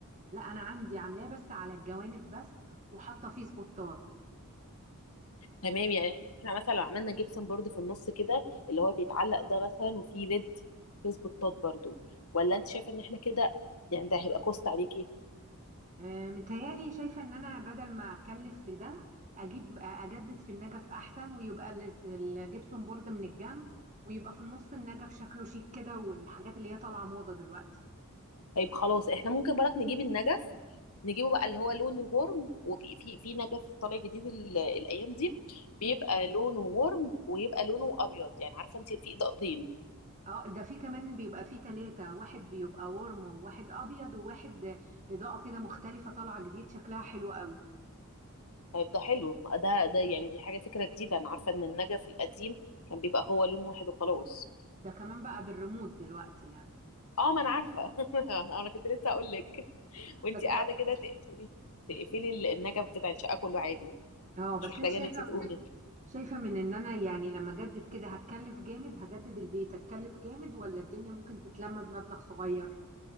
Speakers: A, on the right (about 35°); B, on the left (about 75°).
A: لا انا عندي عاملاه بس على الجوانب بس وحاطه فيه سبوتات
B: تمام يعني احنا مثلا لو عملنا جبسن بورد في النص كده اللي هو بيتعلق ده مثلا وفيه ليد فيس بطاط برضه ولا انت شايفه ان احنا كده يعني ده هيبقى كوست عليكي
A: آه، متهيألي شايفة إن أنا بدل ما أتكلف في ده أجيب أجدد في النجف أحسن ويبقى ال- الجبسون بورد من الجنب ويبقى في النص النجف شكله شيك كده والحاجات اللي هي طالعة موضة دلوقتي
B: طيب خلاص احنا ممكن برك نجيب النجف نجيبه بقى اللي هو لون ورم وفي في في نجف طالع جديد ال- الايام دي بيبقى لونه ورم ويبقى لونه ابيض يعني عارفه انت في اضاءتين
A: اه ده في كمان بيبقى فيه تلاتة واحد بيبقى ورم وواحد أبيض وواحد إضاءة كده مختلفة طالعة جديد شكلها حلو قوي
B: طيب ده حلو ده ده يعني دي حاجه فكره جديده انا عارفه ان النجف القديم كان بيبقى هو لون واحد وخلاص
A: ده كمان بقى بالريموت دلوقتي يعني
B: اه ما انا عارفه <laughs> انا كنت لسه اقول لك وانت
A: بس
B: قاعده كده تقفلي تقفلي النجف بتاع الشقه كله عادي
A: اه بس
B: مش محتاجه
A: انت شايفه
B: ان انت تقومي
A: من شايفه من ان انا يعني لما اجدد كده هتكلف جامد هجدد البيت هتكلف جامد ولا الدنيا ممكن تتلم بمبلغ صغير